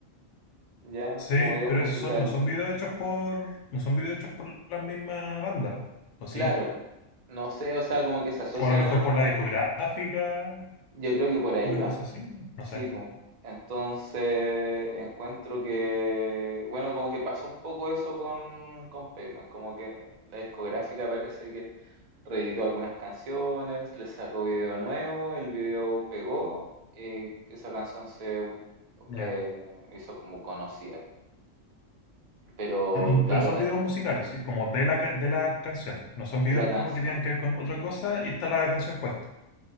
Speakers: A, on the right; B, on the left.
A: ya,
B: Sí,
A: así como videos
B: pero
A: musicales.
B: esos son, no son videos hechos por, no son videos hechos por la misma banda, ¿o sí?
A: Claro, po. no sé, o sea, como que se asocian
B: O a lo mejor
A: a la
B: por
A: banda,
B: la discográfica,
A: yo creo que por ahí
B: una
A: va.
B: cosa así, no, no
A: Sí,
B: sé.
A: pues. Entonces encuentro que, bueno, como que pasó un poco eso con, con Pavement, como que la discográfica parece que reeditó algunas canciones, le sacó video nuevo, el video pegó y esa canción se
B: Ya.
A: eh, hizo como conocida. Pero
B: <clears throat>
A: claro,
B: Pero son
A: de,
B: videos musicales, sí, como de la, ca- de la canción. No son
A: de
B: videos
A: la canción.
B: como que tengan que ver con otra cosa y está la canción puesta.